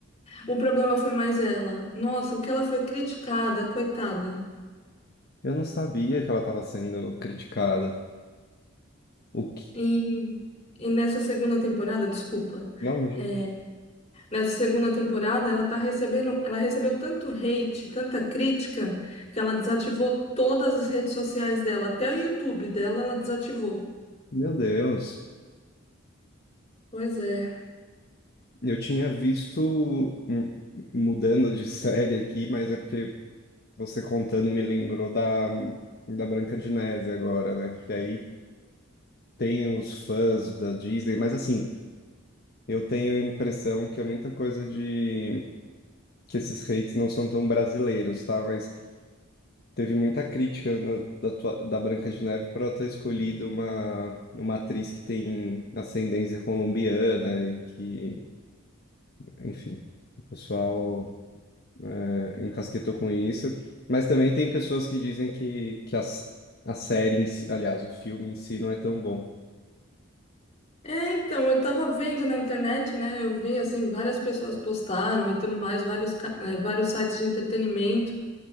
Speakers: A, on the left (about 35°); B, on the left (about 50°).
A: o problema foi mais ela. Nossa, o que ela foi criticada, coitada.
B: Eu não sabia que ela estava sendo criticada. O que...
A: E, e nessa segunda temporada, desculpa.
B: Não, mas...
A: é, Nessa segunda temporada, ela tá recebendo, ela recebeu tanto hate, tanta crítica, que ela desativou todas as redes sociais dela, até o YouTube dela ela desativou.
B: Meu Deus.
A: Pois é.
B: Eu tinha visto... hum, Mudando de <laughs> série aqui, mas é porque você contando me lembrou da... da Branca de Neve agora, né? Porque aí tem os fãs da Disney, mas assim, eu tenho a impressão que é muita coisa de que esses hates não são tão brasileiros, tá? Mas teve muita crítica na- da, tua- da Branca de Neve por ela ter escolhido uma, uma atriz que tem ascendência colombiana e que, enfim, o pessoal é, encasquetou com isso. Mas também tem pessoas que dizem que, que as- a série em si, aliás, o filme em si não é tão bom.
A: É, então, eu tava vendo na internet, né? Eu vi, assim, várias pessoas postaram e tudo mais, vários, ca- eh, vários sites de entretenimento,